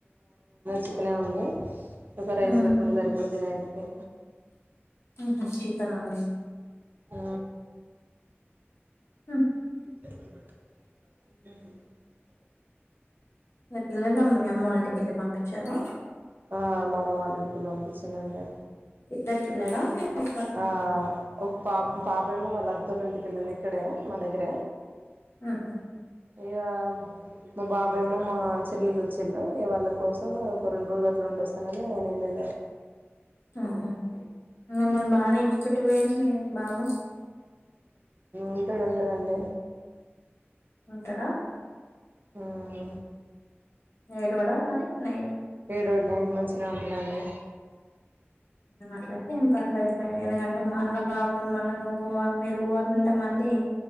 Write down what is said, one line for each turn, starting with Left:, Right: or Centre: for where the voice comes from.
Right: చికనే ఉంది ఒక రైస్
Left: ఉమ్.
Right: పెట్టుకుంటే సరిపోతుంది ఇక నైట్ కె
Left: ఉహు చికెన్ ఉంది
Right: ఆ
Left: హ
Right: <inaudible>
Left: పిల్లలు అమ్మ అమ్మ వాళ్ంటికి వెళ్ళి పంపించారు
Right: ఆ మా అమ్మ వాళ్ళంటికిిళ్ళి పంపించనుండి
Left: ఉత్తర్ పిల్లలా ఒక్కరా
Right: ఆ ఒక పాప పాప మో వాళ్ళ అతోల్ ఇంటిక వెళ్ళంది ఇక్కడ మా దగ్గర
Left: ఉహు
Right: అకా మా బాబాయమ్మో మా చెల్లెలు వచ్చేళ్ళు, ఇ వాళ్ళ కోసం ఒక రెండు రోజు అట్లు ఉండొస్తానని ఆయన ఎల్లిండు
Left: ఉహు మిమ్మల్ని బాగా నేచిపెట్టిపోయిను మే బామ్మ
Right: ఉంటాది ఉంటాడండి
Left: ఉంటాడ
Right: ఆ
Left: ఏడవడా మరి నైట్
Right: ఏడవండిమంచిన ఉంటాడండి
Left: మ్ అట్లా ఏ పర్లేదులేదు ఎందుకంటే మళ్ళా బాబు మళ్ళ నువ్వు పో మీరు పోవాలంటే మళ్ళీ